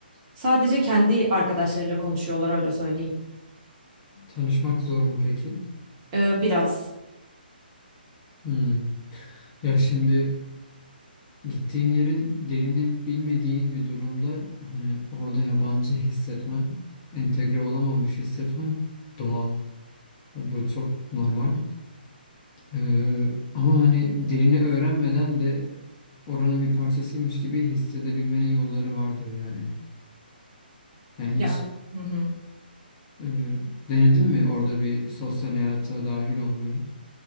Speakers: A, on the right; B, on the left.
A: sadece kendi arkadaşlarıyla konuşuyorlar öyle söyleyeyim.
B: Tanışmak zor mu peki?
A: Ee, biraz.
B: Hmm. Ya şimdi Gittiğin yerin dilini bilmediğin bir durumda hani orada yabancı hissetmen, entegre olamamış hissetmen doğal. Ya Bu çok normal. Ee, ama hani dilini öğrenmeden de oranın bir parçasıymış gibi hissedebilmenin yolları vardır yani. Yani hiç
A: Ya. Hı hı.
B: e, denedin mi orada bir sosyal hayata dahil olmayı?